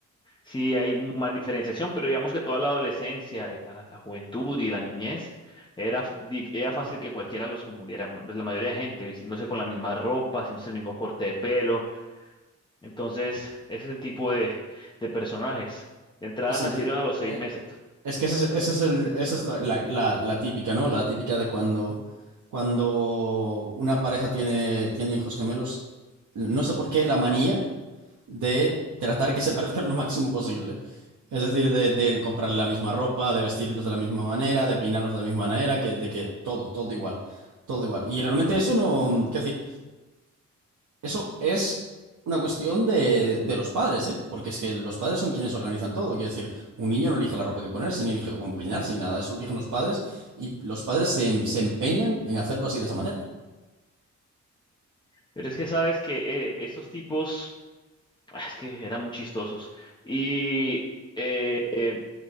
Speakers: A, on the left (about 15°); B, on the right (about 80°).
A: Sí, hay más diferenciación, pero digamos que toda la adolescencia, y la, la juventud y la niñez era, f- di- era fácil que cualquiera los confundiera. m- pues, La mayoría de gente vistiéndose con la misma ropa, haciéndose el mismo corte de pelo. Entonces, ese es el tipo de, de personajes. De entrada
B: es
A: nacieron
B: el ti- eh,
A: a los seis
B: eh,
A: meses.
B: es que ese, es ese es el, esa es la, la- la- la típica, ¿no? La típica de cuando cuando una pareja tiene tiene hijos gemelos, no sé por qué la manía. de tratar que se parezcan lo máximo posible. Es decir, de, de comprarle la misma ropa, de vestirlos de la misma manera, de peinarlos de la misma manera, que, de que todo, todo igual, todo igual. Y realmente eso no, quiero decir, eso es una cuestión de, de los padres, ¿eh? Porque es que los padres son quienes organizan todo. Quiero decir, un niño no elige la ropa que ponerse, ni elige cómo peinarse, ni nada. Eso lo eligen los padres y los padres se, se empeñan en hacerlo así de esa manera.
A: Pero es que sabes que eh, estos tipos. Ah, Es que eran muy chistosos. Y eh, eh,